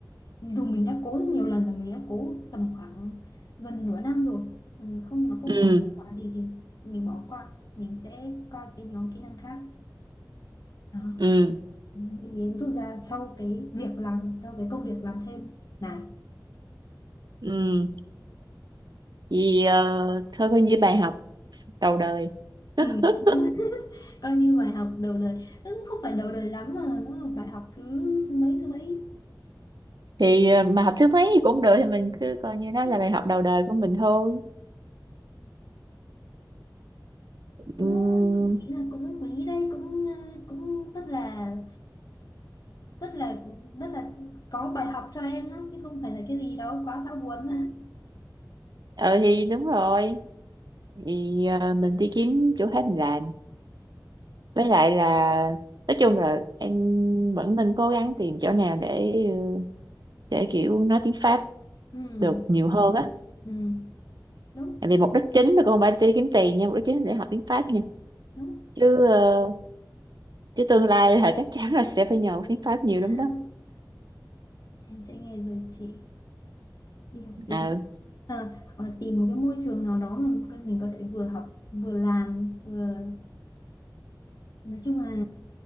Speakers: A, on the left; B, on the right.
A: dù mình đã cố rất nhiều lần rồi mình đã cố tầm khoảng gần nửa năm rồi ừ, không nó không
B: ừ
A: có kết quả gì thì mình bỏ qua mình sẽ qua cái nhóm kỹ năng khác đó
B: ừ
A: những gì em rút ra sau cái việc làm sau cái công việc làm thêm này
B: ừ vì ờ, thôi coi như bài học đầu đời <laughs>
A: ừ <laughs> coi như bài học đầu đời Ừ, không phải đầu đời lắm mà nó là bài học thứ thứ mấy thứ mấy
B: thì ờ, mà học thứ mấy thì cũng được thì mình cứ coi như nó
A: ừ.
B: là bài học đầu đời của mình thôi ừ,
A: cũng cũng nghĩ là cũng quý đây cũng ờ, cũng rất là rất là rất là có bài học cho em đó chứ không phải là cái gì đó quá đau buồn
B: ờ thì đúng rồi thì ờ, mình đi kiếm chỗ khác mình làm với lại là nói chung là em vẫn nên cố gắng tìm chỗ nào để ờ, để kiểu nói tiếng Pháp
A: <laughs> ừ.
B: được nhiều hơn á
A: ừ. đúng
B: tại vì mục đích chính là con phải đi kiếm tiền nha mục đích chính là để học tiếng Pháp nha
A: đúng
B: chứ ờ, chứ tương lai là chắc chắn là sẽ phải nhờ tiếng Pháp nhiều
A: <laughs>
B: lắm đó
A: em sẽ nghe lời chị đi học tiếng
B: ừ
A: Ờ, hoặc là tìm một cái môi trường nào đó mà con- mình có thể vừa học vừa làm vừa nói chung là